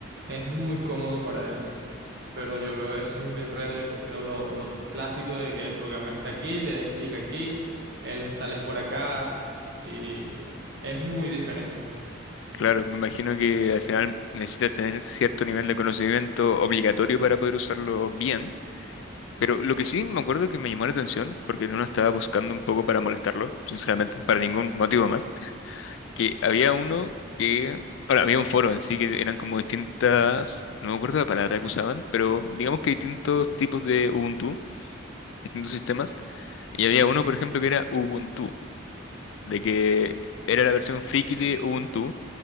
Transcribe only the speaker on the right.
es muy cómodo para él pero yo veo eso y me enredo. Yo prefiero lo, lo clásico de que el programa está aquí, le des clic aquí, eh, lo instales por acá y es muy diferente.